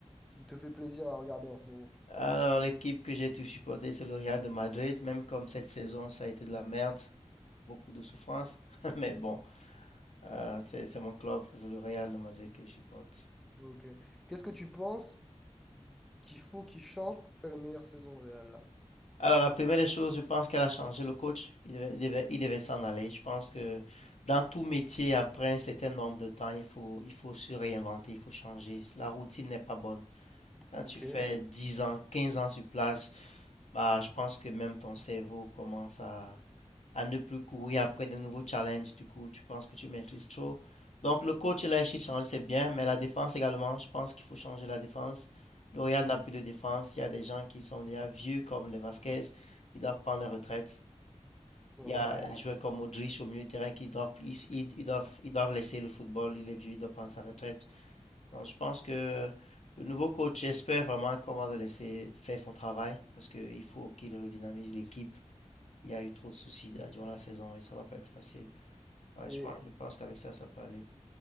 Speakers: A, in the centre; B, on the left.
A: qui te fait plaisir à regarder en ce moment?
B: Alors, l'équipe que j'ai tout supportée, c'est le Real de Madrid, même comme cette saison, ça a été de la merde. beaucoup de souffrance, <laughs> mais bon, euh, c'est mon club, le Real de Madrid que je supporte.
A: Ok. Qu'est-ce que tu penses qu'il faut qu'il change pour faire une meilleure saison de Real là?
B: Alors, la première des choses, je pense qu'elle a changé le coach. Il devait, il devait, il devait s'en aller. Je pense que dans tout métier, après un certain nombre de temps, il faut, il faut se réinventer, il faut changer. La routine n'est pas bonne. Quand
A: Ok.
B: tu fais 10 ans, 15 ans sur place, bah, je pense que même ton cerveau commence à, à ne plus courir après de nouveaux challenges. Du coup, tu penses que tu maîtrises trop. Donc, le coach, il a réussi de changer, c'est bien, mais la défense également, je pense qu'il faut changer la défense. Le Real
A: Mm.
B: n'a plus de défense. Il y a des gens qui sont déjà vieux, comme les Vasquez, ils doivent prendre leur retraite.
A: Ok.
B: Il y a des joueurs comme Modric au milieu de terrain qui doivent, ils, ils- ils doivent, ils doivent laisser le football. Il est vieux, il doit prendre sa retraite. Donc, je pense que le nouveau coach espère vraiment qu'on va le laisser faire son travail parce qu'il faut qu'il redynamise l'équipe il y a eu trop de soucis là, durant la saison et ça va pas être facile. Ouais,
A: Et,
B: je pense, je pense qu'avec ça, ça peut aller.